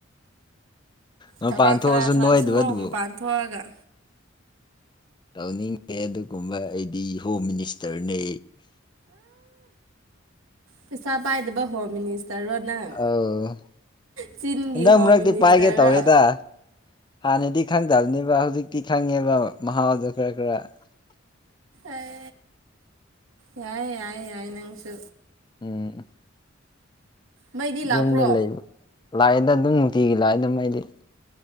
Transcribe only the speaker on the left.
ꯃꯄꯥꯟ
ꯊꯣꯛꯑꯖꯨ
ꯅꯣꯏꯗꯕ
ꯗꯨꯕꯨ
ꯇꯧꯅꯤꯡꯇꯦ ꯑꯗꯨꯒꯨꯝꯕ ꯑꯩꯗꯤ ꯍꯣꯝ ꯃꯤꯅꯤꯁꯇꯔꯅꯦ
ꯑꯧ
ꯍꯟꯗꯛ
ꯃꯔꯛꯇꯤ
ꯄꯥꯏꯒꯦ ꯇꯧꯔꯦꯗ
ꯍꯥꯟꯅꯗꯤ ꯈꯪꯗꯕꯅꯦꯕ ꯍꯧꯖꯤꯛꯇꯤ ꯈꯪꯉꯦꯕ ꯃꯍꯥꯎꯗꯣ ꯈꯔ ꯈꯔ
ꯎꯝ
ꯌꯨꯝꯗ ꯂꯩꯕ ꯂꯥꯛꯑꯦꯗ ꯑꯗꯨꯝ ꯅꯨꯡꯇꯤꯒꯤ ꯂꯥꯛꯑꯦꯗ ꯃꯩꯗꯤ